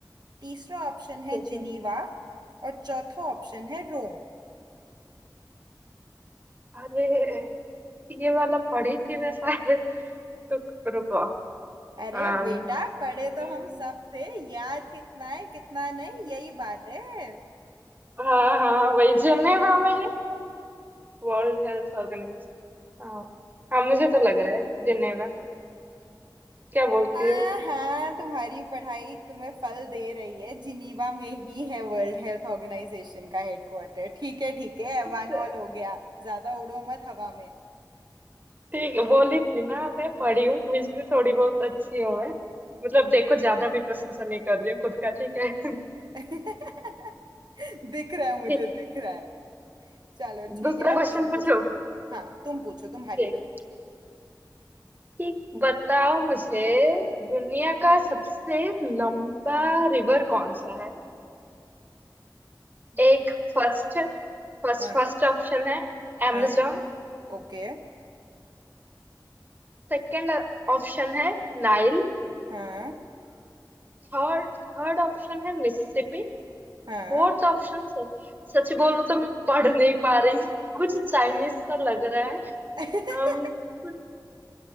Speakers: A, on the right; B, on the right.
A: तीसरा ऑप्शन है
B: ठीक
A: जिनीवा
B: है
A: और चौथा ऑप्शन है रोम
B: अरे ये वाला पढ़ी थी मैं शायद <laughs> तो रुको um,
A: अरे बेटा पढ़े
B: हम्म,
A: तो हम सब थे याद कितना है कितना नहीं यही बात है
B: हाँ हाँ वही जिनेवा में है वर्ल्ड हेल्थ ऑर्गेनाइजेशन हाँ हाँ मुझे तो लग रहा है जिनेवा क्या बोलती
A: हाँ
B: हो
A: हाँ तुम्हारी पढ़ाई तुम्हें फल दे रही है जिनीवा में ही है वर्ल्ड हेल्थ ऑर्गेनाइजेशन का हेडक्वार्टर ठीक है ठीक है
B: अच्छा,
A: वन ऑल हो गया ज्यादा उड़ो मत हवा में
B: ठीक है बोली थी ना मैं पढ़ी हूँ क्विज में थोड़ी बहुत अच्छी हूँ मैं मतलब देखो ज्यादा भी प्रशंसा नहीं कर रही हूँ खुद का ठीक है <laughs>
A: <laughs> दिख रहा है मुझे
B: ठीक
A: दिख रहा है चलो ठीक
B: दूसरा
A: है अब
B: क्वेश्चन
A: तुम पूछो
B: पूछो
A: हाँ तुम पूछो तुम्हारी
B: ठीक
A: टर्न
B: ठीक बताओ मुझे दुनिया का सबसे लंबा रिवर कौन सा है एक
A: तो
B: फर्स्ट फर्स्ट
A: हाँ
B: फर्स्ट ऑप्शन है
A: हाँ
B: amazon
A: ओके
B: सेकंड ऑप्शन है नाइल
A: हाँ
B: थर्ड थर्ड ऑप्शन है मिसिसिपी
A: हाँ
B: फोर्थ ऑप्शन से सच बोलूं तो मैं पढ़ नहीं पा रही हूँ। कुछ चाइनीज सा लग रहा है
A: <laughs>
B: अम्म, कुछ-